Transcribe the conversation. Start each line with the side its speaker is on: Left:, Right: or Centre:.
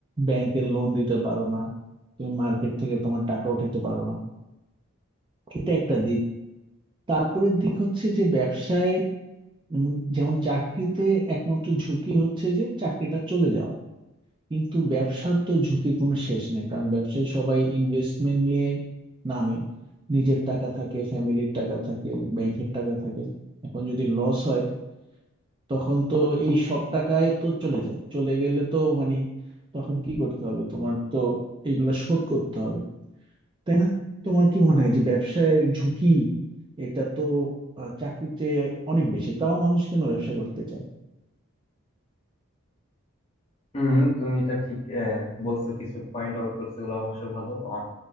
Right: ব্যাংকের লোন দিতে পারো না তুমি মার্কেট থেকে তোমার টাকা উঠাতে পারো না এটা একটা দিক তারপরের দিক হচ্ছে যে ব্যবসায় উম, যেমন চাকরিতে একমাত্র ঝুঁকি হচ্ছে যে চাকরিটা চলে যাওয়া কিন্তু ব্যবসার তো ঝুঁকির কোনো শেষ নেই কারণ ব্যবসায় সবাই ইনভেস্টমেন্ট নিয়ে নামে নিজের টাকা থাকে ফ্যামিলির টাকা থাকে ব্যাংকের টাকা থাকে এখন যদি লস হয় তখন তো এই সব টাকা তো চলে যায় চলে গেলে তো মানে তখন কি করতে হবে তোমার তো এগুলা শোধ করতে হবে তাই না তোমার কি মনে হয় যে ব্যবসায় ঝুঁকি এটা তো আহ, চাকরির চেয়ে অনেক বেশি তাও মানুষ কেন ব্যবসা করতে চায়
Left: হুম তুমি এটা ঠিক আহ, বলছো কিছু পয়েন্ট আউট করছো এগুলো অবশ্য ভালো আহ,